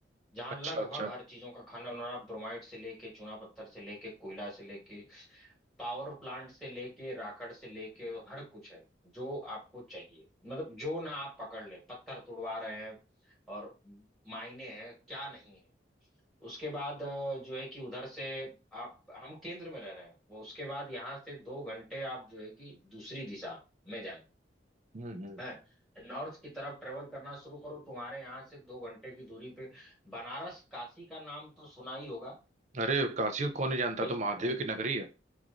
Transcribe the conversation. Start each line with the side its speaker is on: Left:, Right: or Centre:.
Centre: जहाँ
Right: अच्छा
Centre: लगभग
Right: अच्छा
Centre: हर चीजों का खनन हो रहा है ब्रोमाइट से लेके चूना पत्थर से लेके कोयला से लेके पावर प्लांट से लेके राकड़ से लेके हर कुछ है जो आपको चाहिए मतलब जो ना आप पकड़ ले पत्थर तुड़वा रहे हैं और मायने हैं क्या नहीं है उसके बाद अ, जो है कि उधर से आप हम केंद्र में रह रहे हैं वो उसके बाद यहाँ से दो घंटे आप जो है कि दूसरी दिशा में जाएं
Right: हम्म हम्म
Centre: हैं नॉर्थ की तरफ ट्रेवल करना शुरू करो तुम्हारे यहाँ से दो घंटे की दूरी पे बनारस काशी का नाम तो सुना ही होगा
Right: अरे काशी को कौन नहीं जानता
Centre: भाई
Right: तो महादेव की नगरी है